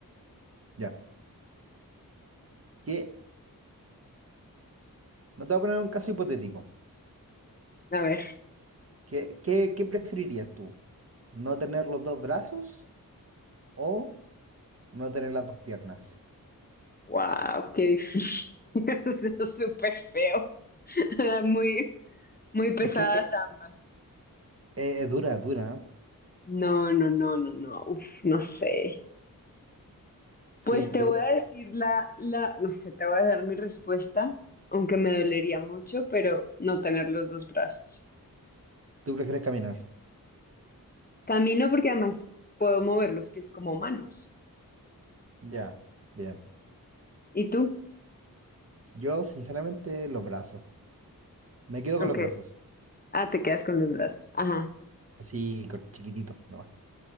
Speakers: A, on the right; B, on the left.
A: Ya. ¿Qué? No te voy a poner un caso hipotético.
B: A ver,
A: ¿Qué, qué, qué preferirías tú? ¿No tener los dos brazos o no tener las dos piernas?
B: wow, qué difícil. <laughs> Eso es súper feo. <laughs> Muy, muy pesadas
A: Es que eh,
B: ambas.
A: es, dura, es dura. ¿eh?
B: No, no, no, no, no. Uf, no sé.
A: Sí,
B: Pues te
A: yo,
B: voy a decir la, la, no sé, te voy a dar mi respuesta, aunque me dolería mucho, pero no tener los dos brazos.
A: tú prefieres caminar.
B: Camino porque además puedo mover los pies como manos.
A: Ya, bien.
B: ¿Y tú?
A: Yo, sinceramente, los brazos. Me quedo
B: Ok.
A: con los brazos.
B: Ah, te quedas
A: Sí.
B: con los brazos. Ajá.
A: Así, cor- chiquitito, nomás.